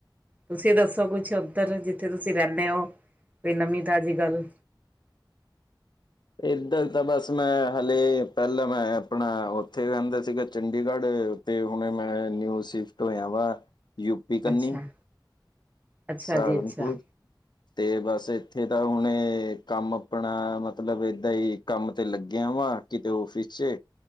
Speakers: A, on the right; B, on the left.
A: ਤੁਸੀਂ ਦੱਸੋ ਕੁਛ ਉੱਧਰ, ਜਿੱਥੇ ਤੁਸੀਂ ਰਹਿੰਦੇ ਹੋ ਕੋਈ ਨਵੀਂ ਤਾਜ਼ੀ ਗੱਲ-
B: ਇੱਧਰ ਤਾਂ ਬਸ ਮੈਂ ਹਾਲੇ ਪਹਿਲਾਂ ਮੈਂ ਆਪਣਾ ਉੱਥੇ ਰਹਿੰਦਾ ਸੀਗਾ ਚੰਡੀਗੜ੍ਹ- ਤੇ ਹੁਣ ਮੈਂ ਨਿਊ ਸਿਫਟ ਹੋਇਆ ਵਾ ਯੂਪੀ ਕੰਨੀ
A: ਅੱਛਾ ਅੱਛਾ
B: ਸਾਰਨਪੁਰ
A: ਜੀ ਅੱਛਾ
B: ਤੇ ਬਸ ਇੱਥੇ ਤਾਂ ਹੁਣੇ ਕੰਮ ਆਪਣਾ ਮਤਲਬ ਏਦਾਂ ਹੀ ਕੰਮ ਤੇ ਲੱਗਿਆ ਵਾ- ਕਿਤੇ ਔਫਿਸ ਚ